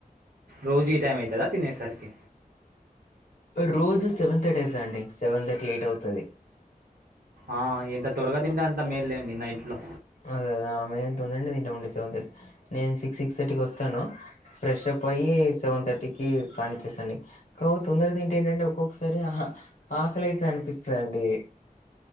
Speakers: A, on the right (about 80°); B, on the left (about 65°).
A: రోజు ఈ టైమ్ అవుతదా తినేసరికి
B: రోజు సెవెన్ థర్టి అవుతాండి సెవెన్ థర్టి ఎయిట్ అవుతది
A: ఆ ఎంత త్వరగా తింటే అంత మేల్లేండి నైట్ లో
B: అదేదా మేము తొందరడి తింటామండి సెవెన్ థర్టీ నేను సిక్స్ సిక్స్ థర్టీకి వస్తాను ఫ్రెష్ అప్ అయ్యి సెవెన్ థర్టీకిి కానిచ్చేసండి కౌతొందరగా తింటే ఏటంటే ఒక్కొక్కసారి ఆహ ఆకలి అయితే అనిపిస్తదండి